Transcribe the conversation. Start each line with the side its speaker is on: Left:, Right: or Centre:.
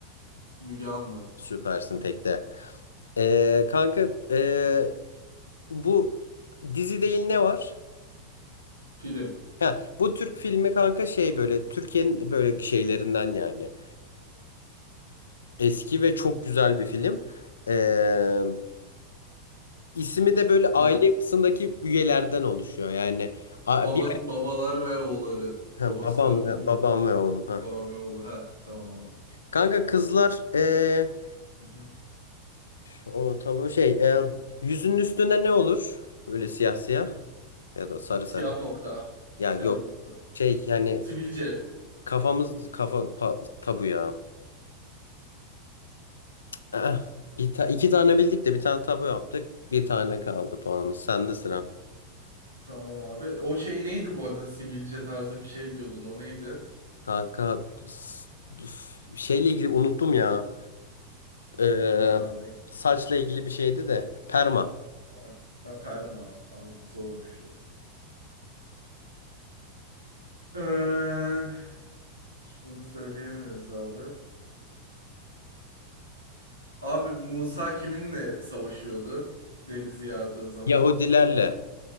Right: Müge Anlı.
Left: Süpersin tekte. E, kanka e, bu dizi değil ne var?
Right: Film.
Left: Ha, bu Türk filmi kanka şey böyle Türkiye'nin böyle şeylerinden yani. Eski ve çok güzel bir film. Ee, ismi de böyle
Right: Ha.
Left: aile yapısındaki üyelerden oluşuyor. Yani a-
Right: Baba,
Left: bir
Right: babalar ve oğulları.
Left: ha,
Right: Babası
Left: babam
Right: ve oğlu
Left: ve
Right: mu?
Left: babam ve oğlum ha.
Right: Babam ve oğlu. Ha. Tamam oldu.
Left: Kanka kızlar ee,
Right: Hı hı.
Left: o tabu şey ee, yüzünün üstüne ne olur? Böyle siyah siyah ya da sarı
Right: Siyah
Left: sarı.
Right: nokta.
Left: Ya
Right: Siyah
Left: yok.
Right: nokta.
Left: Şey yani
Right: Sivilce.
Left: kafamız kafa pa- tabu ya. Ah, bir ta- iki tane bildik de bir tane tabu yaptık. Bir tane kaldı puanımız. Sende sıra.
Right: Tamam abi. O şey neydi bu arada? Sivilce tarzı bir şey diyordun. O neydi?
Left: Kanka s- s- şeyle ilgili unuttum ya.
Right: Okey.
Left: Ee,
Right: Tamam neyse.
Left: saçla ilgili bir şeydi de. Perma.
Right: Ha, ha, perma. Abi zormuş ya. Ee, hiç bunu söyleyemiyoruz abi. Abi Musa kiminle savaşıyordu? Denizi yardığı zaman.
Left: Yahudilerle.